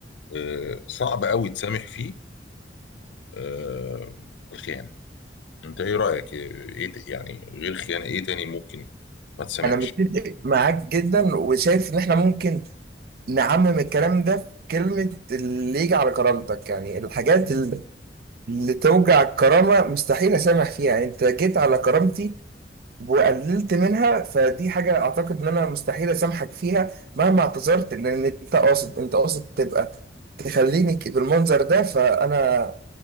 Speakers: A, on the left; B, on the right.
A: آه، صعب قوي تسامح فيه آه، الخيانه انت ايه رايك ايه ت- يعني غير خيانه ايه تاني ممكن ما تسامحش
B: انا متفق معاك جدا وشايف ان احنا ممكن نعمم الكلام ده في كلمة اللي يجي على كرامتك يعني الحاجات اللي اللي توجع الكرامة مستحيل اسامح فيها يعني انت جيت على كرامتي وقللت منها فدي حاجة اعتقد ان انا مستحيل اسامحك فيها مهما اعتذرت لان انت قاصد انت قاصد تبقى تخليني ك- بالمنظر ده فانا